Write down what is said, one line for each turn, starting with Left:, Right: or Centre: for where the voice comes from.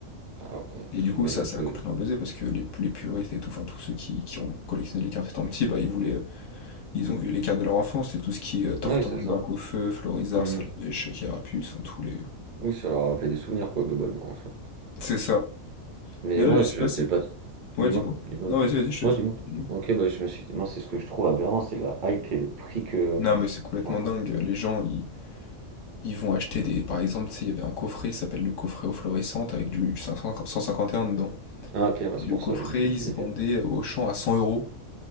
Right: Ah ouais,
Left: Et du
Right: ça
Left: coup,
Right: m'étonne
Left: ça, ça
Right: que
Left: a complètement buzzé parce que les, les puristes et tout, enfin, tous ceux qui, qui ont collectionné les cartes étant petits, bah, ils voulaient, euh, ils ont vu les cartes de leur enfance. Et tout ce qui est Tortank,
Right: oui c'est ça.
Left: Dracaufeu, Florizarre,
Right: Hmm.
Left: Salamèche, Carapuce, enfin, tous les.
Right: Oui ça leur a rappelé des souvenirs quoi globalement en soi.
Left: C'est ça.
Right: Mais
Left: Mais là,
Right: moi
Left: je sais
Right: je
Left: pas si.
Right: sais pas
Left: Ouais,
Right: dis-moi,
Left: dis-moi.
Right: dis-moi.
Left: Non, vas-y, vas-y, je te
Right: moi
Left: laisse.
Right: dis-moi.
Left: ouais. Dis-moi.
Right: OK bah je me suis moi c'est ce que je trouve aberrant c'est la hype et le prix que
Left: Non, mais c'est complètement
Right: enfin
Left: dingue. Les gens, ils, ils vont acheter des. Par exemple, tu sais, il y avait un coffret, il s'appelle le coffret aux fluorescentes, avec du 500 151 dedans.
Right: Ah ok, ouais,
Left: Et
Right: c'est
Left: le
Right: pour
Left: coffret,
Right: ça, ouais, du coup, qu'il
Left: il se
Right: a
Left: vendait
Right: dû.
Left: au champ à 100 euros.